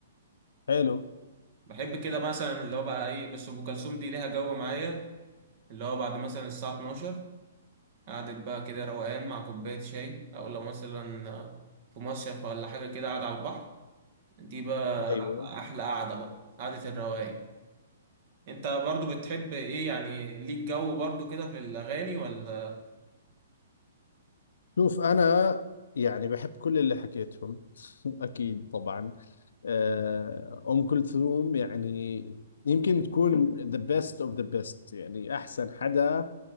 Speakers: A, on the left; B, on the right.
A: حلو
B: بحب كده مثلا اللي هو بقى ايه بس ام كلثوم دي ليها جو معايا اللي هو بعد مثلا الساعه 12 قعدة بقى كده روقان مع كوباية شاي أو لو مثلا في مصيف ولا حاجة كده قاعد على البحر دي بقى
A: ايوه
B: أحلى قعدة بقى قعدة الروقان أنت برضو بتحب إيه يعني ليك جو برضو كده في الأغاني ولا
A: شوف انا يعني بحب كل اللي حكيتهم <laughs> اكيد طبعا آه، ام كلثوم يعني يمكن تكون the best of the best يعني احسن حدا